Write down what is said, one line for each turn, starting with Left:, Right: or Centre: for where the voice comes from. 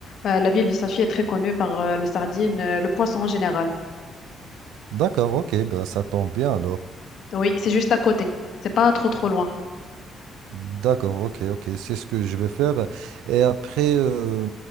Left: Euh, la ville de Safi est très connue par euh, le sardine, euh, le poisson en général.
Right: D'accord, ok, ben, ça tombe bien alors.
Left: Oui, c'est juste à côté. C'est pas trop, trop loin.
Right: D'accord, ok, ok, c'est ce que je vais faire. Et après, euh,